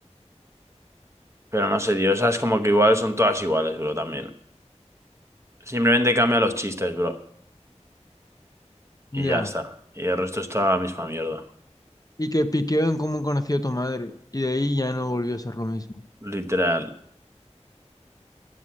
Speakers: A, on the right; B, on the left.
A: Pero no sé, tío, esas como que igual son todas iguales, bro, también. Simplemente cambia los chistes, bro.
B: Ya.
A: Y ya está. Y el resto es toda la misma mierda.
B: Y que piqueó en cómo conocí a tu madre. Y de ahí ya no volvió a ser lo mismo.
A: Literal.